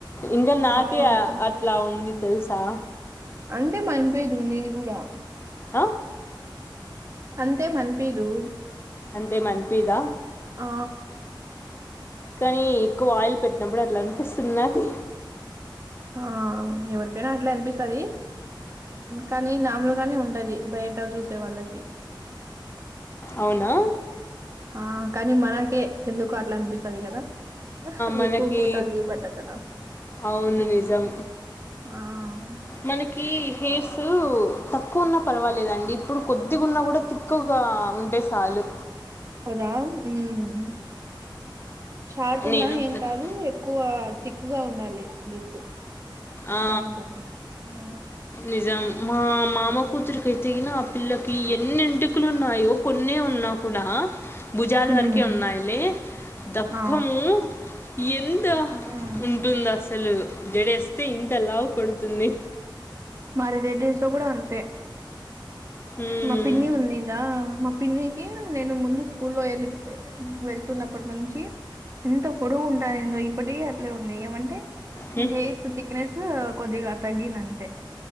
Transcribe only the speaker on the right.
అవును.
అంతే పనిపీదు నీది కూడా
అంతేం అనిపీదు
ఆ
ఆ ఎవరికైనా అట్లా అనిపిస్తది కానీ నార్మల్ గానే ఉంటది బయట చూసే వాళ్ళకి
ఆ కానీ మనకే ఎందుకో అట్లా అనిపిస్ ఉంటది కదా
ఎక్కువ పోతుంది బట్టతల
<inaudible> ఆ
ఆ అవును
అదా మ్మ్ షార్ట్ ఉన్నా
ఏం కాదు ఎక్కువ థిక్ క్కుగా ఉండాలి జుట్టు
బాగుంటుంది ఆ,
ఉమ్
ఆ
ఉమ్.
మా రెడెడీస్ లో కూడా అంతే
మా పిన్ని ఉంది తాను మా పిన్ని కి నేను ముందు స్కూల్లో వెళ్ళి వెళ్తున్నప్పటి నుంచి ఎంత పొడుగు ఉంటాయి ఇంగ ఇప్పటికీ అట్లే ఉంది ఏమంటే
హెయిర్స్ తిక్ నెస్ కొద్దిగా తగ్గింది అంతే